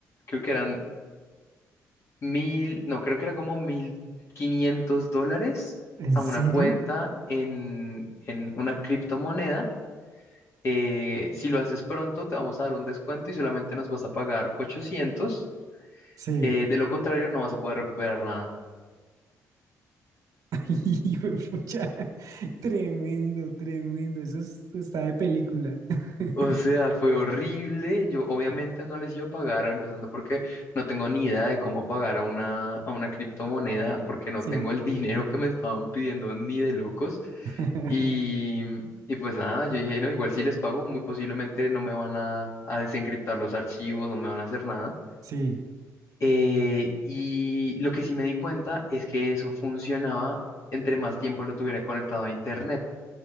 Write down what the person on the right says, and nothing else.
¿En
serio?
Sí.
<laughs> Hijo de pucha. Tremendo, tremendo. Eso es- está de película. <laughs>
Sí.
<laughs>
Sí.